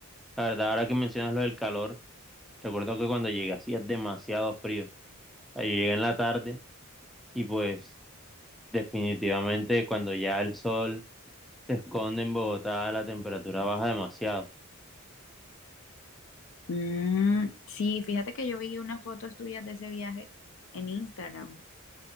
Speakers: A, in the centre; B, on the left.
A: La verdad, ahora que mencionas lo del calor, recuerdo que cuando llegué hacía demasiado frío. Ahí llegué en la tarde y pues definitivamente cuando ya el sol se esconde en Bogotá, la temperatura baja demasiado.
B: Mm, sí, fíjate que yo vi unas fotos tuyas de ese viaje en Instagram.